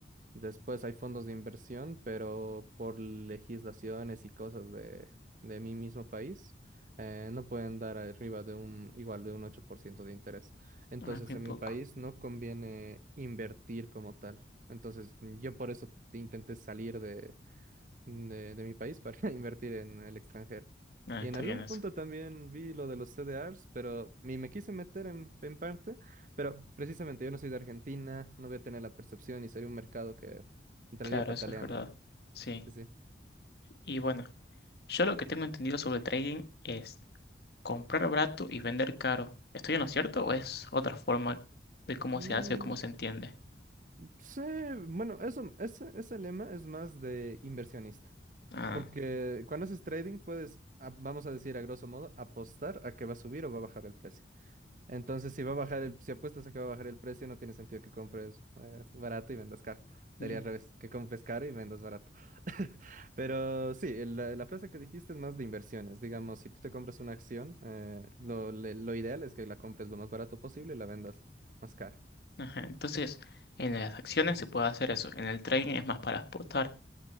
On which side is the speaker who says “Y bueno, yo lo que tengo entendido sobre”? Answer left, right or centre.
Left